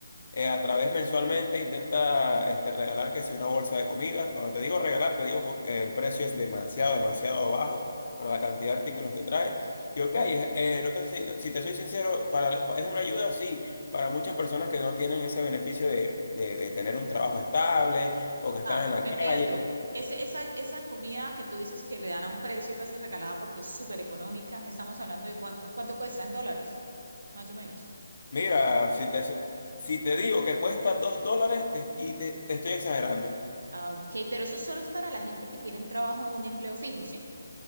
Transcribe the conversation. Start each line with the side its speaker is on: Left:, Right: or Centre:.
Left: eh, a través mensualmente intenta este, regalar que si una bolsa de comida. Cuando te digo regalar, te digo porque el precio es demasiado, demasiado bajo para la cantidad
Right: ¿sí?
Left: de artículos que trae. Y ok, es- eh, no te- si no, si te soy sincero, para, es una ayuda, sí, para muchas personas que no tienen ese beneficio de, de- de tener un trabajo estable o que están
Right: Ah,
Left: en la
Right: me
Left: calle.
Right: pierdo. Es- esa, esa comida que tú dices que le dan a un precio casi regalada porque es súper económica, estamos hablando de cuánto, cuánto cuesta en dólares, más o menos.
Left: Mira, si te, si te digo que cuesta dos dólares te- y te te estoy exagerando.
Right: Ah, ok, pero eso solo es para la gente que tiene un trabajo o un empleo fijo, ¿sí?